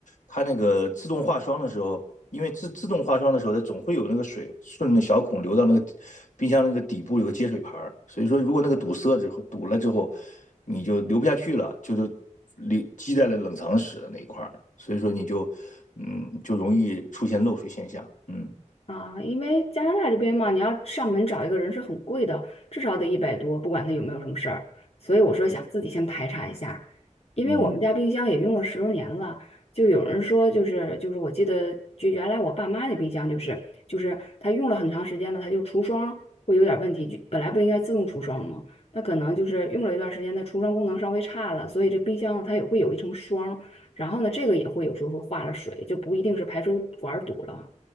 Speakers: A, on the left (about 75°); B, on the left (about 50°).
A: 它那个自动化霜的时候，因为自自动化霜的时候，它总会有那个水顺着小孔流到那个冰箱那个底部有个接水盘儿，所以说如果那个堵塞之后堵了之后，你就流不下去了，就是。里积在了冷藏室的那一块儿，所以说你就嗯就容易出现漏水现象。嗯，
B: 啊，因为加拿大这边嘛，你要上门找一个人是很贵的，至少得一百多，不管他有没有什么事儿。所以我说想自己先排查一下，
A: 对，
B: 因为我们家冰箱也用了十多年了，
A: 嗯
B: 就有人说就是就是我记得就原来我爸妈的冰箱就是就是它用了很长时间了，它就除霜会有点问题，就本来不应该自动除霜吗？那可能就是用了一段时间，它除霜功能稍微差了，所以这冰箱它也会有一层霜，然后呢这个也会有时候会化了水，就不一定是排水管堵了。